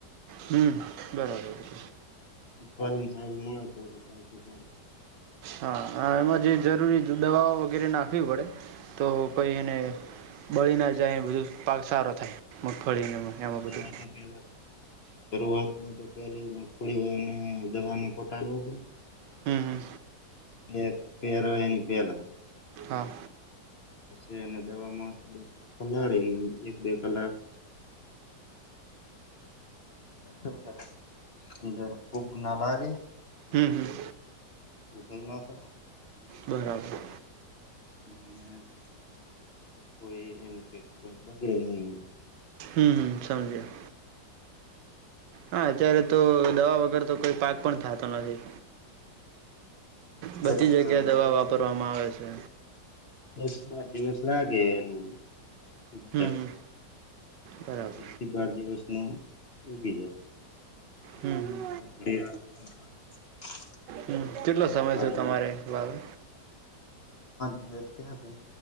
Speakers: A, on the right; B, on the left.
A: હમ બરાબર.
B: સને સારું મળે તો સૌથી સારું
A: હા. એમાં જે જરૂરી દવાઓ વગેરે નાખવી પડે તો કંઈએને બળી ના જાય એ બધું પાક સારો થાય. મગફળીને એમાં
B: દવા
A: બધું
B: તો પેલા શરૂઆતમાં તો પેલી મગફળી હોય અને દવા ન પટાળ નો પડે
A: હમ.
B: એ પેરો એની પેલા.
A: હા.
B: પસી એને દવામાં થોડીક પલાળી. એક બે કલાક <inaudible> ફૂગ ના લાગે?
A: હમ હમ
B: ઉધય ના ચઢ.
A: બરાબર.
B: <unintelligible>
A: હમ હમ સમજ્યા. હા અત્યારે તો દવા વગર તો કોઈ પાક પણ થાતો નથી.
B: દસ
A: બધી જગ્યાએ દવા
B: દસ
A: વાપરવામાં આવે છે.
B: દસ બાર દિવસ લાગે એનું.
A: હમ
B: ઉગતા
A: હમ બરાબર
B: દસ થી બાર દિવસ મા ઉગી જાય.
A: હમ હમ
B: <inaudible>
A: હમ કેટલો
B: દસ
A: સમય
B: બાર
A: છે
B: દિવસ.
A: તમારે વાવે
B: દિવસ થ્યા